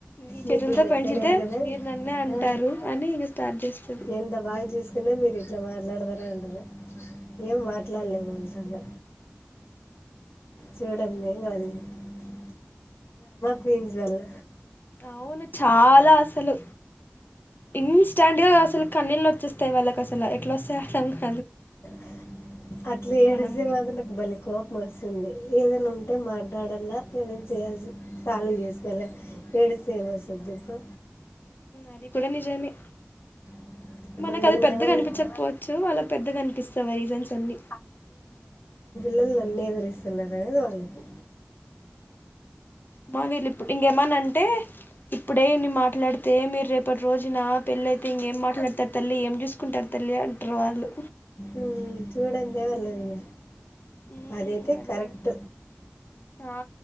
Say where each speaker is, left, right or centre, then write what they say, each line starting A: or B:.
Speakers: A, on the left; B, on the left.
A: ఈ
B: మీకు
A: చేతులతో
B: లెక్క
A: పెంచితే
B: లేదు కదా
A: మీరు నన్నే అంటారు
B: ఆ,
A: అని ఇంగ స్టార్ట్ చేస్తది.
B: ఎంత బాగా చూసుకున్నా మీరు ఇట్లా మాట్లాడతారా అంటారు ఎమ్ మాట్లాడలేం మనం ఇంక. చూడండి వాళ్ళు <unintelligible> క్వీన్స్ వల్ల
A: అవును చాలా అసల్ అసలు ఇన్ స్టాంట్ గా అసలు కన్నీళ్ళు వచ్చేస్తాయి వాళ్ళకి అసలు ఎట్లా వస్తాయి అర్థం గ
B: <inaudible> అట్లా ఏడిస్తే
A: మనం
B: మాత్రం నాకు బలే కోపం వస్తుంది, ఏదైనా ఉంటే మాట్లాడలా ఏదోకటి చేసి సాల్వ్ చేస్కోవల్ల ఏడిస్తే ఎమ్ వస్తది చెప్పు.
A: అది కూడా నిజమే
B: <inaudible>
A: మనకు
B: నేనేమన్నా
A: అది పెద్దగా అనిపించకపోవచ్చు వాళ్ళకి పెద్దగా అనిపిస్తయి ఆ రీజన్స్ అన్ని.
B: పిల్లోళ్ళు నన్నే ఎదిరిస్తున్నారు అనేది వాళ్ళకు
A: మా వీళ్ళు ఇప్పుడు ఇంకేమనంటే ఇప్పుడే ఇన్ని మాట్లాడితే మీరు రేపు ఇప్పటి రోజున పెళ్ళ అయితే ఇంకేం మాట్లాడతారు తల్లి ఏం చూసుకుంటారు తల్లి అంటారు వాళ్ళు.
B: ఉ చూడనిదా
A: ఉమ్
B: వాళ్ళది ఇగ అదయితే
A: అదే
B: కరెక్ట్
A: కదా ఆ